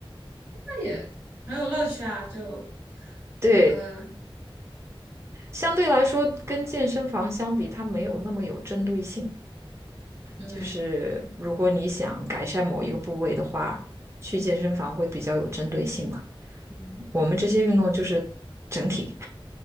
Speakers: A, in the centre; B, on the right (about 30°).
A: 那也很有乐趣啊，就
B: 对，
A: 呃
B: 相对来说，跟健身房相比，它没有那么有针对性。
A: 嗯。
B: 就是如果你想改善某一个部位的话，去健身房会比较有针对性嘛。
A: 嗯
B: 我们这些运动就是整体，